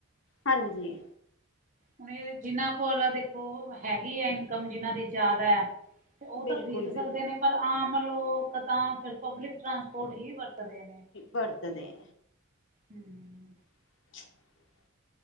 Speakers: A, on the left; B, on the right.
A: ਹਾਂਜੀ।
B: ਹੁਣ ਏ ਜਿਨ੍ਹਾਂ ਕੋਲ ਦੇਖੋ, ਹੈਗੀ ਏ ਇਨਕਮ ਜਿਨ੍ਹਾਂ ਦੀ ਜ਼ਿਆਦਾ ਐ ਤੇ ਓ
A: ਬਿਲਕੁਲ
B: ਤਾਂ ਖਰੀਦ
A: ਬਿਲਕੁਲ
B: ਸਕਦੇ ਨੇਂ। ਪਰ ਆਮ ਲੋਕ ਤਾਂ ਫਿਰ ਪਬਲਿਕ ਟਰਾਂਸਪੋਰਟ ਹੀ ਵਰਤਦੇ ਨੇਂ।
A: ਬਰਤਦੇ
B: ਹਂ।
A: <inaudible>